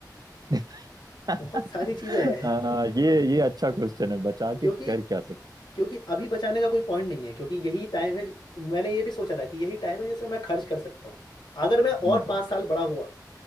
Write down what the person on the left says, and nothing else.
बहुत सारी चीजें हैं
<laughs> क्योंकि
क्योंकि अभी बचाने का कोई पॉइंट नहीं है क्योंकि यही टाइम है मैंने ये भी सोचा था कि यही टाइम है जिसमें मैं खर्च कर सकता हूँ अगर मैं
और पाँच साल बड़ा हुआ